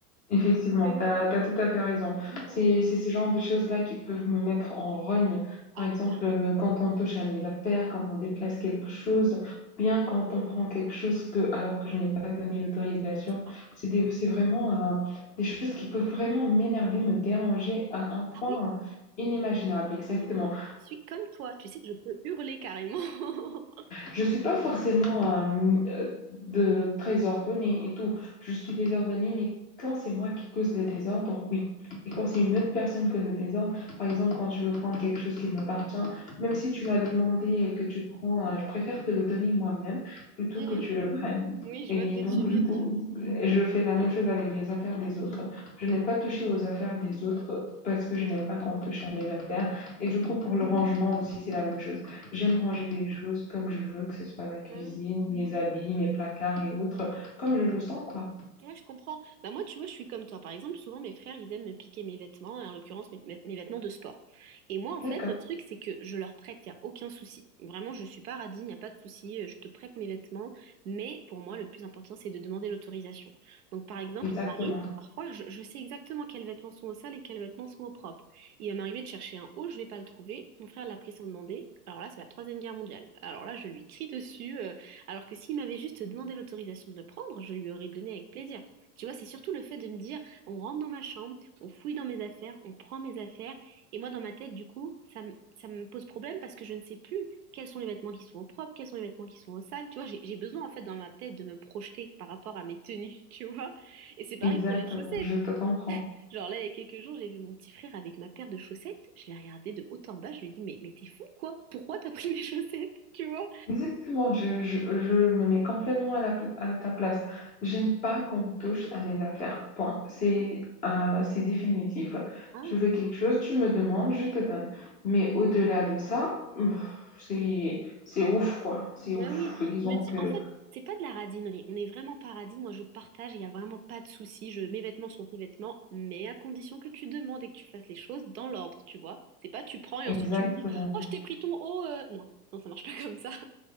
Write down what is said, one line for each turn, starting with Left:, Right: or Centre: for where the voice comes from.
Left: Effectivement,
Right: Euh,
Left: tu as, tout à fait raison.
Right: c'est
Left: C'est
Right: ça.
Left: c'est ce genre de choses-là qui peuvent me mettre en rogne.
Right: Ah,
Left: Par exemple,
Right: mais pareil,
Left: euh, quand on touche à mes affaires, quand on déplace quelque chose, bien quand on prend quelque chose que, alors que je n'ai pas donné l'autorisation,
Right: c'est ça.
Left: c'est des- c'est vraiment euh, des choses qui peuvent vraiment m'énerver, me déranger à un
Right: Ah
Left: point
Right: oui,
Left: euh, inimaginable. Exactement.
Right: mais je suis comme toi. Tu sais que je peux hurler carrément. <laughs>
Left: Je ne suis pas forcément euh, euh, de, très ordonnée et tout. Je suis désordonnée, mais quand c'est moi qui cause le désordre, oui. Et quand c'est une autre personne qui cause le désordre, par exemple, quand tu veux prendre quelque chose qui m'appartient, même si tu m'as demandé et que tu prends, euh, je préfère te le donner moi-même plutôt
Right: Hmm,
Left: que tu le prennes.
Right: oui, je
Left: Et
Right: vois ce que
Left: donc,
Right: tu veux
Left: du coup,
Right: dire.
Left: je fais la même chose avec les affaires des autres. Je n'aime pas toucher aux affaires des autres parce que je n'aime pas qu'on touche à mes affaires. Et
Right: <laughs>
Left: du coup, pour le rangement aussi, c'est la même chose. J'aime ranger les choses comme je veux, que ce soit ma cuisine,
Right: Bah oui,
Left: mes habits, mes placards et autres, comme je le sens, quoi.
Right: Ouais, je comprends. Bah moi, tu vois, je suis comme toi. Par exemple, souvent, mes frères, ils aiment me piquer mes vêtements, en l'occurrence, mes, mes- mes vêtements de sport. Et moi, en
Left: D'accord,
Right: fait, le truc, c'est que je leur prête, il n'y a aucun souci. Vraiment, je suis pas radine, il n'y a pas de souci, euh, je te prête mes vêtements. Mais pour moi, le plus important, c'est de demander l'autorisation. Donc, par exemple,
Left: exactement,
Right: il m'arrive, parfois, je, je sais exactement quels vêtements sont au sale et quels vêtements sont au propre. Il va m'arriver de chercher un haut, je vais pas le trouver. Mon frère l'a pris sans demander. Alors là, c'est la Troisième Guerre mondiale. Alors là, je lui crie dessus. euh, alors que s'il m'avait juste demandé l'autorisation de le prendre, je lui aurais donné avec plaisir. Tu vois, c'est surtout le fait de me dire, on rentre dans ma chambre, on fouille dans mes affaires, on prend mes affaires, et moi dans ma tête, du coup, ça me, ça me pose problème parce que je ne sais plus quels sont les vêtements qui sont au propre, quels sont les vêtements qui sont au sale. Tu vois, j'ai j'ai besoin en fait dans ma tête de me projeter par rapport à mes tenues, <laughs> tu vois. Et c'est pareil
Left: exactement,
Right: pour les chaussettes.
Left: je te comprends.
Right: Genre là, il y a quelques jours, j'ai vu mon petit frère avec ma paire de chaussettes, je l'ai regardé de haut en bas, je lui ai dit, mais, mais t'es fou quoi? Pourquoi t'as pris mes chaussettes? Tu vois?
Left: Exactement, je, je, je me mets complètement à, la pla- à ta place. J'aime pas qu'on touche à mes affaires, point. C'est euh, c'est définitif.
Right: Ah
Left: Je
Right: oui.
Left: veux quelque chose, tu me demandes, je te donne. Mais au-delà de ça, pff, c'est c'est ouf, quoi. C'est
Right: Ben
Left: ouf.
Right: oui,
Left: Disons
Right: je me dis,
Left: que,
Right: en fait, c'est pas de la radinerie. On est vraiment pas radine. Moi, je partage, il n'y a vraiment pas de souci. Je, mes vêtements sont tes vêtements, mais à condition que tu demandes et que tu fasses les choses dans l'ordre, tu vois. C'est pas tu prends et
Left: exactement.
Right: ensuite tu me dis, oh, je t'ai pris ton haut. euh. Non, non, ça marche pas comme ça. <laughs>